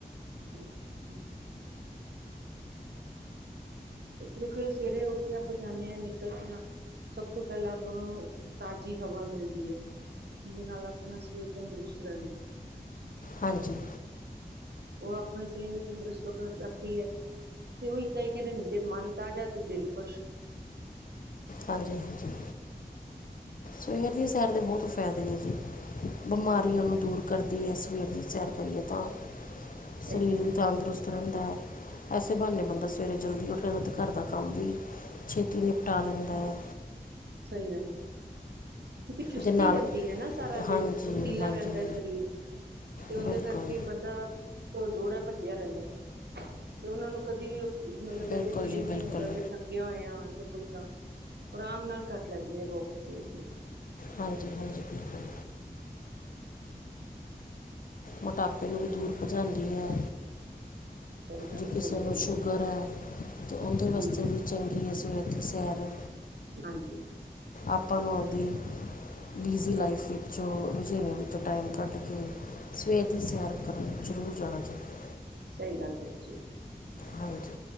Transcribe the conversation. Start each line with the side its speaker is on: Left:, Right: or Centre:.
Right: <inaudible> ਵੇਖੋ ਸਵੇਰੇ ਉੱਠ ਕੇ ਆਪਾਂ ਜਾਂਨੇ ਆਂ, ਨਿਕਲਦੇ ਆਂ ਸਬ ਤੋਂ ਪ੍ਹੈਲਾਂ ਅਪਾਂ ਨੂੰ ਤਾਜੀ ਹਵਾ ਮਿਲਦੀ ਐ। ਜਿਦੇ ਨਾਲ ਅਪਨਾ ਸ਼ਰੀਰ ਤੰਦਰੁਸਤ ਰੈਂਦੈ।
Left: ਹਾਂਜੀ।
Right: ਓ ਆਪਨੇ ਸਰੀਰ ਨੂੰ ਤੰਦਰੁਸਤ <unintelligible> ਰੱਖਦੀ ਐ, ਤੇ ਓਈ ਤੇ ਇੱਕ ਕੈਂਦੇਨ ਜੇ ਮਨ ਤਾਜਾ ਤੇ ਦਿਲ ਖੁਸ਼।
Left: ਹਾਂਜੀ-ਹਾਂਜੀ, ਸਵੇਰ ਦੀ ਸੈਰ ਦੇ ਬੋਤ ਫੈਦੇ ਨੇ ਜੀ। ਬਿਮਾਰੀਆਂ
Right: ਹਾਂਜੀ
Left: ਨੂੰ ਦੂਰ ਕਰਦੀ ਏ, ਸਵੇਰ ਦੀ ਸੈਰ ਕਰੀਏ ਤਾਂ,
Right: ਸਹੀ
Left: ਸਰੀਰ
Right: ਗੱਲ
Left: ਵੀ ਤੰਦਰੁਸਤ ਰੈਂਦੈ, ਐਸੇ ਬ੍ਹਾਨੇ ਬੰਦਾ ਸਵੇਰੇ ਜਲਦੀ ਉੱਠਦੈ, ਤੇ ਘਾਰ ਦਾ ਕਾੰਮ ਵੀ ਛੇਤੀ ਨਿਪਟਾ ਲੈਂਦੈ।
Right: ਸਈ ਗਾੱਲ ਏ। ਕਿਉਂਕਿ ਚੁਸਤੀ
Left: ਜੇ ਨਾਲ
Right: ਰੈਂਦੀ ਐ ਨਾ ਸਾਰਾ ਦਿਨ,
Left: ਹਾਂਜੀ
Right: ਫੁਰਤੀਲਾ
Left: ਹਾਂਜੀ
Right: ਰੈਂਦੈ ਸ਼ਰੀਰ। ਤੇ ਉਂਦੇ
Left: ਬਿਲਕੁਲ
Right: ਕਾਰਕੇ ਬੰਦਾ ਓ ਦੋੜਾ ਭਜੇਆ ਰੈਂਦੈ, ਤੇ ਓਨਾਂ ਨੂੰ ਕਦੀ ਵੀ ਓ ਮਲਬ ਕੈਂਦੇ
Left: ਬਿਲਕੁਲ
Right: ਫੀਲ
Left: ਜੀ
Right: ਨੀ
Left: ਬਿਲਕੁਲ
Right: ਹੁੰਦਾ ਕਿ ਠੱਕ ਕੇਆਂ ਹੋਏਆਂ ਜਾ ਕੁੱਛ ਆ, ਅਰਾਮ ਨਾਲ ਕਾੱਟ ਲੈਂਦੇ ਆ ਰੋਕ ਚੇ ਵੀ।
Left: ਹਾਂਜੀ-ਹਾਂਜੀ ਬਿਲਕੁਲ। ਮੋਟਾਪੇ ਨੂੰ ਵੀ ਦੂਰ ਭਜਾਂਦੀ ਐ
Right: ਗੱਲ ਹੈ
Left: ਜੇ ਕਿਸੇ
Right: ਬਿਲਕੁਲ
Left: ਨੂੰ
Right: ਜੀ
Left: ਸ਼ੂਗਰ ਐ ਤੇ ਓਦੇ
Right: ਜੀ,
Left: ਵਸਤੇ ਵੀ ਚੰਗੀ ਏ ਸਵੇਰ ਦੀ ਸੈਰ।
Right: ਹਾਂਜੀ।
Left: ਆਪਾਂ ਨੂੰ ਆਪਦੀ ਬੀਜ਼ੀ ਲਾਈਫ ਵਿੱਚੋਂ ਰੁਝੇਵੇ ਵਿੱਚੋਂ ਟਾਈਮ ਕਾੱਡ ਕੇ ਸਵੇਰ ਦੀ ਸੈਰ ਕਰਨ ਜਰੂਰ ਜਾਣਾ ਚਾਈਦੈ।
Right: ਸਈ ਗਾੱਲ ਕੇਆ ਜੀ।
Left: ਹਾਂਜੀ,